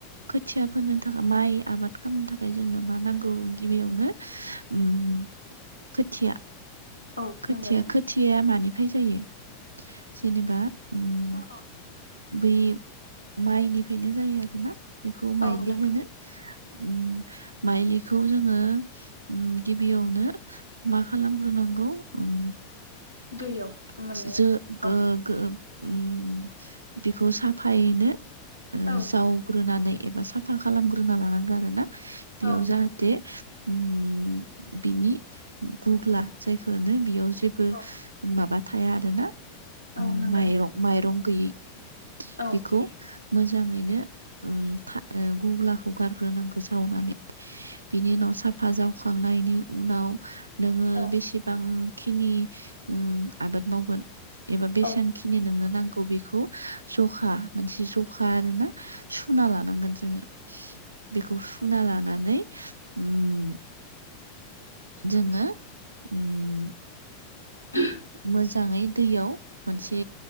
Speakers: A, on the right; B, on the left.
A: खोथिया फोनो थाखा माइ आबाद खामनो थाखाय जोंनो मा नांगौ गिबियावनो उम खोथिया
B: औ
A: खोथिया
B: नंगौ नोंथां
A: खोथियाया मानिफाय जायो जेनेबा उम
B: ओ औ।
A: बै माइनिफायनो जायो आरोना बेखौ माइलि
B: औ नों
A: होनो। उम माइलिखौ जोङो उम गिबियावनो मा खालामग्रोनां नोंगौ ओं
B: दैयाव माने
A: जो
B: औ
A: गो-गो उम बेखौ साफायैनो ओ
B: औ
A: जावग्रोनानै एबा साफा खालामग्रोना लानांगो आरो ना
B: औ
A: बेयाव जाहाथे
B: नंगौ
A: उम बिनि गुग्ला जायखो हौनो बेयाव जेबो
B: औ
A: माबा थाया आरो ना
B: औ नंगौ
A: माइरं
B: नोंथां,
A: माइरं गैयै
B: औ
A: बेखौ मोजाङैनो उम था ओ गुग्लाखौ गारग्रोनांगो जावनानै बिनि उनाव साफा जावखांनायनि उनाव नोङो
B: औ
A: बेसेबां खिनि उम आबाद मावगोन एबा बेसांखिनि
B: औ
A: नोंनो नांगौ बेखौ जखा मोनसे जखा आरोना सुना लानांगोन जोङो। बेखौ सुना लानानै उम जोङो उम
B: <inaudible>
A: मोजाङै दैयाव मोनसे